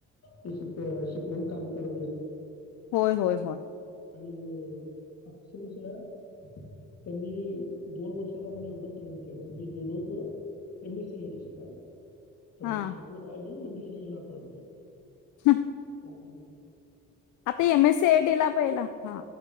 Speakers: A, on the left; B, on the left.
A: ते शी अ शिकवून काम करून घेत.
B: होय होय होय.
A: आणि अ अक्षरशः त्यांनी दोन वर्षात आम्हाला एवढं ट्रेन केलं. मी गेलो होतो त्यांनी सी ई टी शिकायला. तर
B: हा
A: मी शिकून आलो न इंडि केल अकाऊंटिंग.
B: हं.
A: <unintelligible> बोला.
B: आता M S C I T ला पहिला हां